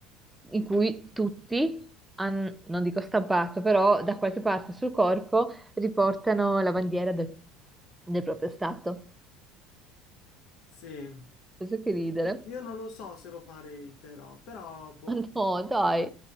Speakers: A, in the centre; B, on the left.
A: in cui tutti, han- non dico stampato, però da qualche parte sul corpo riportano la bandiera del, del proprio stato.
B: Sì, io,
A: Penso che ridere.
B: io non lo so se lo farei, però, però,
A: <laughs>
B: boh,
A: Ma no, dai.